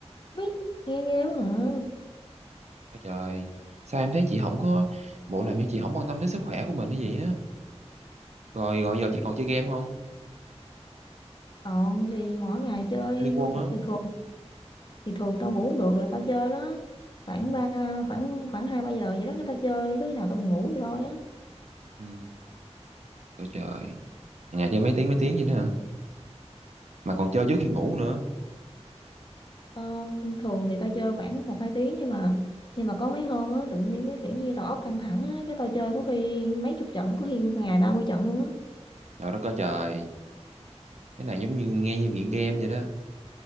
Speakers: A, on the left; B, on the right.
A: biết, nghe ghê quá à.
B: Ôi trời sao em thấy chị không có bộ làm như chị không quan tâm tới sức khỏe của mình hay gì á rồi gọi giờ chị còn chơi game không
A: Còn thì mỗi ngày chơi,
B: Liên Quân á
A: thì thường, thì thường tao ngủ không được là tao chơi đó. Khoảng ba, khoảng khoảng hai ba giờ vậy đó, cái tao chơi tới khi nào tao buồn ngủ vậy thôi á.
B: ừ Ôi trời ngày chơi mấy tiếng mấy tiếng vậy đó hả mà còn chơi trước khi ngủ nữa
A: Tao, thường thì tao chơi khoảng một hai tiếng nhưng mà, nhưng mà có mấy hôm á, tự nhiên cái kiểu như đầu óc căng thẳng á, cái tao chơi có khi mấy chục trận, có khi ngày 30 trận luôn á.
B: trời đất ơi trời cái này giống như nghe như nghiện game vậy đó